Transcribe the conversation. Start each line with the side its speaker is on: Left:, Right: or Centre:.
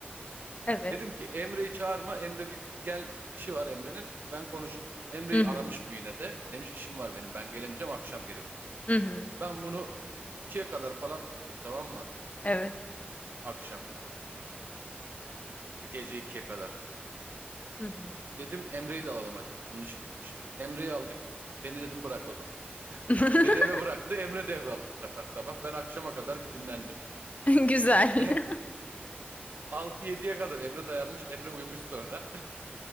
Left: Evet.
Right: dedim ki Emre'yi çağırma. Emre bir gel işi var Emre'nin. Ben konuştum. Emre'yi
Left: Hı hı.
Right: aramış bu yine de. Demiş işim var benim ben gelemeyeceğim akşam gelebilirim.
Left: Hı hı.
Right: Ben bunu ikiye kadar falan tuttum tamam mı?
Left: Evet.
Right: Akşam. E, Gece ikiye kadar.
Left: Hı hı.
Right: Dedim Emre'yi de alalım hadi. Onun işi bitmiştir. Emre'yi aldık. Beni dedim bırak o zaman.
Left: <laughs>
Right: Beni eve bıraktı. Emre devraldı bu sefer sabah. Ben akşama kadar bir dinlendim.
Left: Güzel.
Right: E, 6 yediye kadar Emre dayanmış. Emre uyumuş sonra.